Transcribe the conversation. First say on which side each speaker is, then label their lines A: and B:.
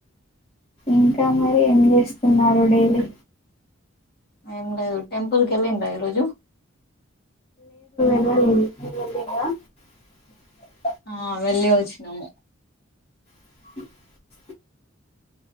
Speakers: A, on the left; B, on the left.
A: ఇంకా మరి ఏం చేస్తున్నారు డైలీ
B: ఏమి లేదు టెంపుల్కి వెళ్ళిండ్రా ఈరోజు
A: <inaudible>
B: ఆ వెళ్ళి వచ్చినము
A: <inaudible>